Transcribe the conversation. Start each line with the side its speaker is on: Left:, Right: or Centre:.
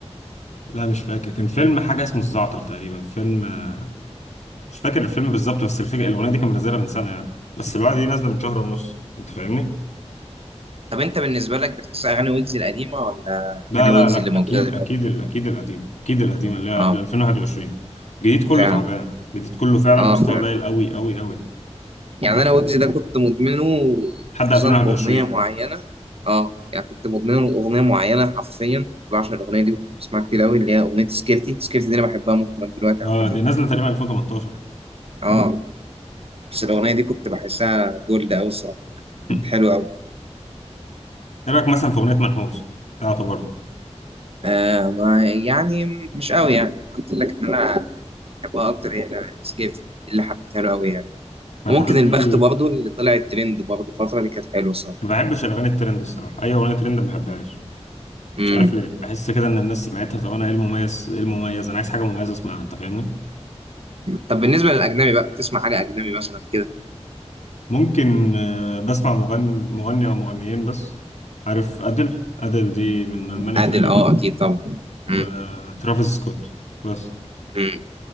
Left: لا مش فاكر كان فيلم حاجه اسمه الزعتر تقريبا فيلم آه، مش فاكر الفيلم بالظبط بس الفكره الاغنيه دي كان منزلها من سنه يعني بس الوعد دي نازله من شهر ونص انت فاهمني
Right: طب انت بالنسبه لك بتحس اغاني ويجز القديمه ولا
Left: لا
Right: اغاني
Left: لا
Right: ويجز
Left: لا
Right: اللي موجوده
Left: اكيد
Right: دلوقتي
Left: اكيد ال- اكيد القديم اكيد القديم اللي هي
Right: اه
Left: قبل 2021 الجديد كله
Right: فعلا
Left: تعبان الجديد كله فعلا
Right: اه
Left: مستوى
Right: فعلا
Left: قليل قوي قوي قوي
Right: يعني انا ويجز ده كنت مدمنه
Left: لحد
Right: خصوصا
Left: 2021
Right: في اغنيه معينه اه يعني كنت مدمنه اغنيه معينه حرفيا بعشق الاغنيه دي وكنت بسمعها كتير قوي اللي هي اغنيه سكيرتي سكيرتي دي انا بحبها ممكن لغاية دلوقتي
Left: اه
Right: عامه
Left: دي نازله تقريبا 2018
Right: اه بس الاغنيه دي كنت بحسها جولد قوي الصراحه
Left: <laughs>
Right: كانت حلوه قوي
Left: ايه رايك مثلا في اغنيه منحوس بتاعته برضه
Right: آه ما يعني مش قوي يعني قلت لك ان انا بحبها اكتر هي سكيرتي اللي حبيتها له قوي يعني
Left: منحوس
Right: وممكن البخت
Left: دي
Right: برضو اللي طلع الترند برضو الفترة دي كانت حلوة صراحة
Left: ما بحبش الاغاني الترند الصراحه اي اغنيه ترند ما بحبهاش
Right: امم
Left: مش عارف ليه بحس كده ان الناس سمعتها طب انا ايه المميز ايه المميز انا عايز حاجه مميزه اسمعها انت فاهمني
Right: طب بالنسبة للأجنبي بقى تسمع حاجة أجنبي مثلا كده
Left: ممكن آه، بسمع مغني مغني او مغنيين بس عارف ادل ادل دي من المانيا
Right: عادل
Left: تقريبا
Right: أه أكيد طبعا
Left: وترافيس
Right: امم
Left: سكوت بس
Right: أمم.